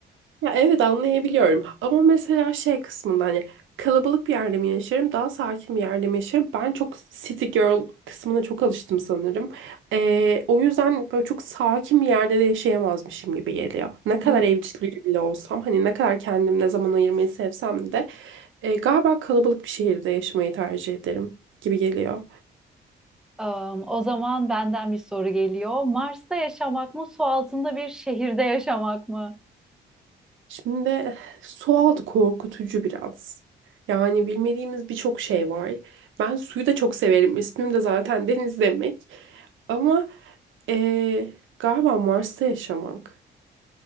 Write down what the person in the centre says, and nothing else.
Hmm.
Am, o zaman benden bir soru geliyor. Mars'ta yaşamak mı, su altında bir şehirde yaşamak mı?